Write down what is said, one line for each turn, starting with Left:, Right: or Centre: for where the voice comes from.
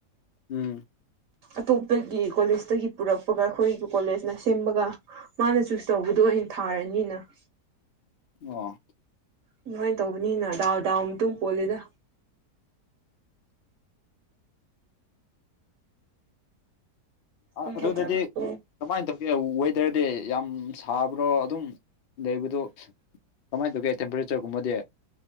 Left: ꯎꯝ
Right: ꯑꯇꯣꯞꯄꯒꯤ ꯀꯣꯂꯦꯖꯇꯒꯤ ꯄꯨꯔꯛꯄꯒ ꯑꯩꯈꯣꯏꯒꯤ ꯀꯣꯂꯦꯖꯅ ꯁꯦꯝꯕꯒ ꯃꯥꯅ ꯆꯨꯁ ꯇꯧꯕꯗꯣ ꯑꯣꯏꯅ ꯊꯥꯔꯅꯤꯅ <inaudible>
Left: ꯑꯣ
Right: ꯑꯗꯨꯃꯥꯏꯅ ꯇꯧꯕꯅꯤꯅ ꯗꯥꯎ ꯗꯥꯎ ꯑꯃ ꯃꯇꯨꯡ ꯄꯣꯜꯂꯤꯗ ꯄꯨꯡ
Left: ꯑꯗꯨꯗꯗꯤ
Right: ꯀꯌꯥ ꯇꯥꯕ꯭ꯔꯥ ꯄꯨꯡ
Left: ꯀꯃꯥꯏꯅ ꯇꯧꯒꯦ ꯋꯦꯗꯔꯗꯤ ꯌꯥꯝ ꯁꯥꯕ꯭ꯔꯣ ꯑꯗꯨꯝ ꯂꯩꯕꯗꯣ ꯀꯃꯥꯏ ꯇꯧꯒꯦ ꯇꯦꯝꯄꯔꯦꯆꯔꯒꯨꯝꯕꯗꯤ